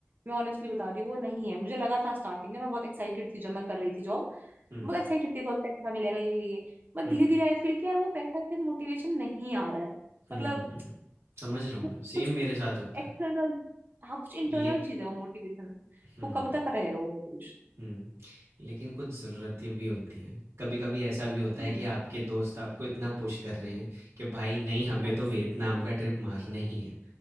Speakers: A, on the right; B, on the right.
A: मैं ऑनेस्टली बता रही हूँ वो नहीं है मुझे लगा था स्टार्टिंग में मैं बहुत एक्साइटेड थी जब मैं कर रही थी जॉब
B: हम्म
A: बहुत एक्साइटेड थी बहुत पैसा मिलेगा ये ये ये बट
B: hmm
A: धीरे
B: hmm
A: धीरे आई फील कि यार वो पैसा से मोटिवेशन नहीं आ रहा है
B: hmm
A: मतलब
B: hmm hmm, हम्म। समझ रहा हूँ
A: वो
B: मैं सेम
A: कुछ
B: मेरे साथ होता
A: एक्सटर्नल
B: है
A: हाँ कुछ इंटरनल
B: ले
A: चीज है वो मोटिवेशन
B: हम्म
A: वो कब तक रहेगा वो मोटिवेशन
B: हम्म लेकिन कुछ ज़रूरतें भी होती हैं कभी कभी ऐसा भी होता
A: हम्म
B: है कि आपके दोस्त आपको इतना पुश कर रहे हैं कि भाई नहीं हमें
A: हम्म।
B: तो वियतनाम का ट्रिप मारना ही है